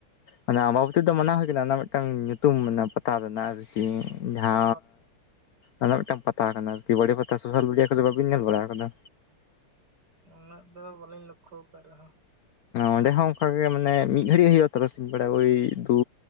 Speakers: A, on the left; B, on the right.
A: ᱚᱱᱟᱮ ᱟᱢᱵᱟᱵᱟᱚᱛᱤ ᱫᱚ ᱢᱟᱱᱟᱣ ᱦᱩᱭ ᱟᱠᱟᱱᱟ ᱚᱱᱟ ᱢᱤᱫᱴᱟᱝ ᱧᱩᱛᱩᱢ ᱯᱟᱛᱟᱣ ᱨᱮᱱᱟᱜ ᱟᱨᱠᱤ ᱡᱟᱦᱟ
B: ᱚ
A: ᱚᱱᱟ ᱢᱤᱫᱴᱟᱝ ᱯᱟᱛᱟ ᱠᱟᱱᱟ ᱟᱨᱠᱤ ᱵᱟᱹᱲᱮ ᱯᱟᱛᱟ ᱥᱳᱥᱟᱞ ᱢᱤᱰᱤᱭᱟ ᱠᱚᱨᱮ ᱵᱟᱵᱤᱱ ᱧᱮᱞ ᱵᱟᱲᱟ ᱟᱠᱟᱫᱟ
B: ᱩᱱᱟᱹᱜ ᱫᱚ ᱵᱚᱞᱮᱧ ᱞᱚᱠᱠᱷᱚ ᱟᱠᱟ ᱨᱮᱦᱚᱸ
A: ᱚᱸᱰᱮ ᱦᱚᱸ ᱚᱱᱠᱟᱜ ᱜᱮ ᱢᱟᱱᱮ ᱢᱤᱫ ᱜᱷᱟᱟᱹᱲᱤᱡ ᱦᱩᱭᱩᱜ ᱛᱟᱨᱟᱥᱤᱧ ᱵᱮᱲᱟ ᱳᱭ ᱫᱩ